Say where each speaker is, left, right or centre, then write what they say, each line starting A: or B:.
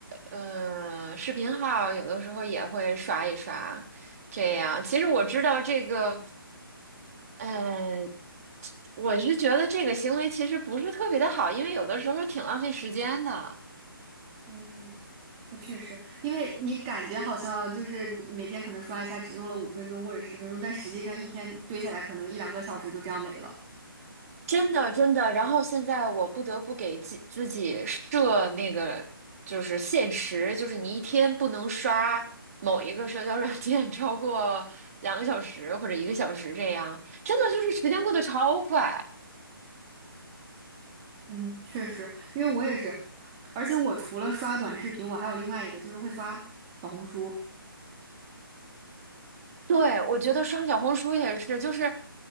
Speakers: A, on the right; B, on the right.
A: 呃视频号，有的时候也会刷一刷。这样，其实我知道这个，呃，我是觉得这个行为其实不是特别的好，因为有的时候挺浪费时间的。
B: 嗯，那确实，因为你感觉好像就是每天可能刷一下，只用了五分钟或者十分钟，但实际上一天堆下来可能一两个小时就这样没了。
A: 真的真的。然后现在我不得不给自自己设那个就是限时，就是你一天不能刷某一个社交软件 <laughs> 超过两个小时或者一个小时这样。真的就是时间过得超快。
B: 嗯，确实，因为我也是，而且我除了刷短视频，我还有另外一个就是会刷小红书。
A: 对，我觉得刷小红书也是，就是，